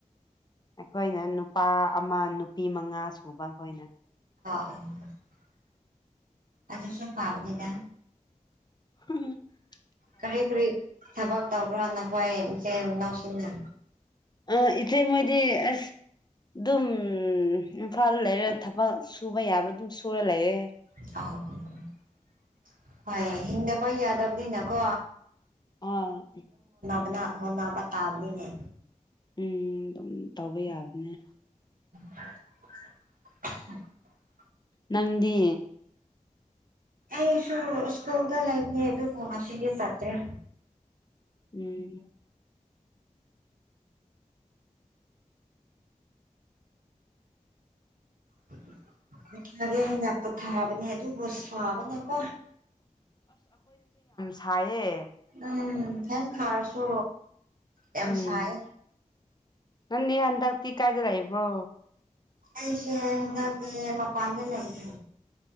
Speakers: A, on the left; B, on the right.
A: ꯑꯩꯈꯣꯏꯅ ꯅꯨꯄꯥ ꯑꯃ ꯅꯨꯄꯤ ꯃꯉꯥ ꯁꯨꯕ ꯑꯩꯈꯣꯏꯅ
B: <unintelligible> ꯑꯗꯨꯁꯨ ꯇꯥꯕꯅꯤꯗ
A: <unintelligible>
B: ꯀꯔꯤ ꯀꯔꯤ ꯊꯕꯛ ꯇꯧꯕ꯭ꯔꯥ ꯅꯈꯣꯏ ꯏꯆꯦꯟ ꯏꯅꯥꯎꯁꯤꯡꯅ
A: ꯑ ꯏꯆꯦ ꯃꫭꯏꯗꯤ ꯑꯁ ꯑꯗꯨꯝ ꯏꯝꯐꯥꯜ ꯂꯩꯔ ꯊꯕꯛ ꯁꯨꯕ ꯌꯥꯕ ꯑꯗꯨꯝ ꯁꯨꯔ ꯂꯩꯌꯦ
B: <unintelligible> ꯍꯤꯡꯗꯕ ꯌꯥꯗꯕꯅꯤꯅꯀꯣ
A: ꯑ
B: ꯍꫭꯅ ꯍꫭꯠꯅꯕ ꯇꯥꯕꯅꯤꯅꯦ
A: ꯎꯝ ꯑꯗꯨꯝ ꯇꯧꯕ ꯌꯥꯕꯅꯦ
B: <unintelligible>
A: ꯅꯪꯗꯤ
B: ꯑꯩꯁꯨ ꯏꯁ꯭ꯀꯨꯜ ꯗ ꯂꯩꯕꯅꯤ ꯑꯗꯨꯕꯨ ꯉꯁꯤꯗꯤ ꯁꯆꯠꯇ꯭ꯔꯦ
A: ꯎꯝ
B: <unintelligible> ꯄꯊꯗꯦ ꯍꯥꯏꯅ ꯄꯣꯊꯥꯕꯅꯦ ꯑꯗꯨꯕꯨ ꯁꯥꯕꯅꯦꯀꯣ
A: ꯊꯥꯏꯌꯦ
B: ꯎꯝ ꯊꯪ ꯊꯥꯔꯁꯨ ꯌꯥꯝ
A: ꯎꯝ
B: ꯁꯥꯏ
A: ꯅ ꯍꯟꯗꯇ ꯀꯥꯏꯗ ꯏꯕ꯭ꯔꯣ
B: ꯑꯩꯁꯦ ꯍꯟꯗꯛꯇꯤ ꯃꯄꯥꯟꯗꯂꯩꯌꯦ